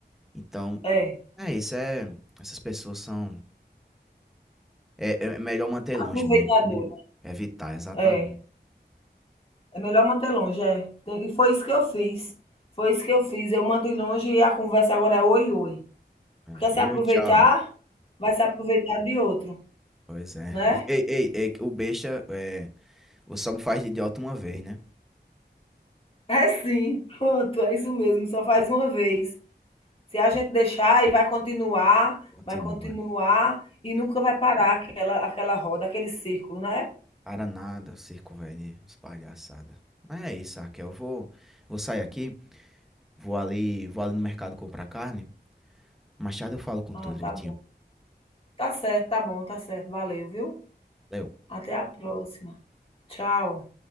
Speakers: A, in the centre; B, on the left (about 35°).
A: Então,
B: é,
A: é isso, é. Essas pessoas são. É, é melhor manter longe
B: aproveitadora.
A: mesmo, que evitar, exatamente.
B: É, é melhor manter longe, é. Tem- E foi isso que eu fiz, foi isso que eu fiz, eu mantive longe e a conversa agora é "oi, oi".
A: É.
B: Quer
A: Oi,
B: se aproveitar,
A: tchau.
B: vai se aproveitar de outro,
A: Pois é.
B: né.
A: <laughs> Ei, ei, ei, o besta, é, você só me faz de idiota uma vez, né?
B: É sim, pronto, é isso mesmo, só faz uma vez. Se a
A: Pois
B: gente deixar e vai continuar,
A: é, continua.
B: vai continuar e nunca vai parar aquela aquela roda, aquele círculo, né.
A: Para nada, circo velho, de palhaçada. Mas é isso, Raquel. Eu vou, vou sair aqui. Vou ali, vou ali no mercado comprar carne. Mais tarde eu falo com
B: Ah,
A: tu direitinho.
B: tá Tá certo, tá bom, tá certo. Valeu, viu?
A: Valeu.
B: Até a próxima. Tchau.